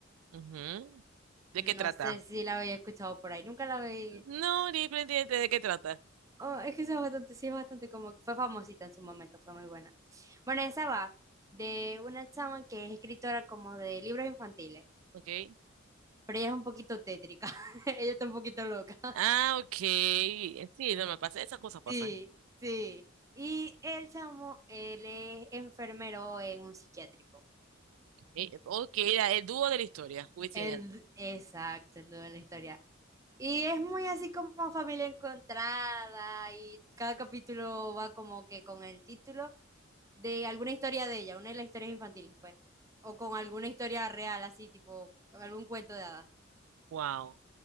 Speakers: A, on the right; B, on the right.
A: ujú. ¿De
B: No
A: qué trata?
B: sé si la había escuchado por ahí, nunca la había...
A: No, ni pendiente de qué trata.
B: Oh, es que esa es bastante, sí, es bastante como que fue famosita en su momento, fue muy buena. Bueno, esa va de una chama que es escritora como de libros infantiles,
A: Okay.
B: pero ella es un poquito tétrica, <laughs> ella está un poquito loca. <laughs>
A: Ah, ok. Sí, no me pasa. Esas cosas pasan.
B: Sí, sí. Y el chamo, él es enfermero en un psiquiátrico.
A: Eh, Ok, era el dúo de la historia. Wisin
B: Él,
A: y Yandel.
B: exacto, el dueño de la historia. Y es muy así como familia encontrada y cada capítulo va como que con el título de alguna historia de ella, una de las historias infantiles, pues, o con alguna historia real, así tipo algún cuento de hadas.
A: Wow.